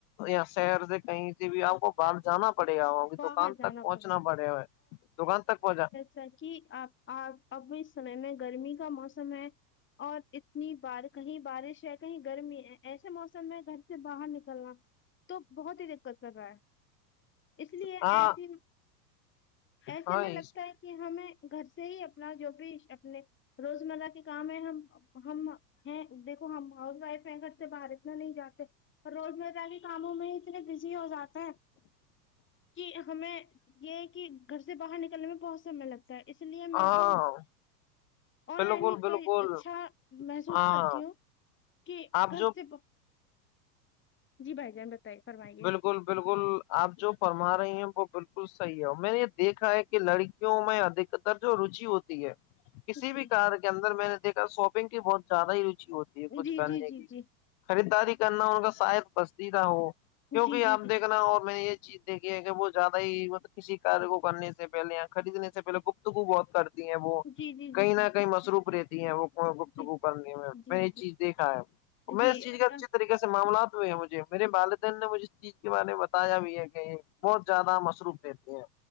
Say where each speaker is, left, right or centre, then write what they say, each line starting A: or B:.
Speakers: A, on the left (about 50°); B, on the left (about 25°).
A: یا شہر سے کہیں سے بھی آپ کو باہر جانا پڑے گا ہو دکان
B: باہر جانا
A: تک پہنچنا
B: پڑے
A: پڑےا ہے دکان تک پہنچا
B: سچی آپپ اب اس سمے میں گرمی کا موسم ہے اور اتنی بار کہیں بارش ہے کہیں گرمی ہے ایسے موسم میں گھر سے باہر نکلنا تو بہت ہی دقت کر رہا ہے اس لیے
A: ہاں
B: ایسی ایسے
A: ہاں
B: میں
A: اس
B: لگتا ہے کہ ہمیں گھر سے ہی اپنا جو بھی اپنے روزمرہ کے کام ہے ہم ہم ہیں دیکھو ہم ہاؤس وائف ہے گھر سے باہر اتنا نہیں جاتے روز مر کاموں میں اتنے بزی ہو جاتے ہیں کہ ہمیں یہ کہ گھر سے باہر نکلنے میں بہت سمے لگتا ہے اس لیے میں
A: ہاں
B: تو آن
A: بالکل
B: لائن ہی
A: بالکل
B: پہ اچھا محسوس
A: ہاں
B: کرتی ہوں کہ
A: آپ
B: کر
A: جو
B: سے جی بائی جان بتائیے فرمائیے
A: بالکل بالکل آپ جو فرما رہے ہیں وہ بالکل صحیح ہے اور میں نے یہ دیکھا ہے کہ لڑکیوں میںدھ تر جو روچی ہوتی ہے کسی
B: جی
A: بھی کار کے اندر میں نے دیکھا شاپنگ کی بہت زیادہ ہی روچی ہوتی
B: جی
A: ہے یہ کچھ کرنے
B: جی جی
A: کی
B: جی جی
A: لی خریداری کرنا ان کا شاید بستیدہ ہو
B: جی
A: کیوںکہ
B: جی
A: آپ دیکھنا اور میں یہ چیز دیکھیے کہ وہ زیادہ ہی مطلب کسی کار کو کرنے سے پہلے خریدنے سے پہلے گفتگو بہت کرتے ہیں وہ
B: جی جی جی جی
A: کہیں نہ کہیں مصروف رہتی ہیں وہ گفتگو
B: جی
A: کرنے میں
B: جی
A: میں نے یہ چیز دیکھا ہے میں
B: جی
A: اس
B: جی
A: چیز کا اچھی طریقے سے معاملات ہوئے ہیں مجھے میرے والدین نے مجھے اس چیز کے بارے میں بتایا بھی ہے کہ یہ بہت زیادہ مصروف کہتے ہیں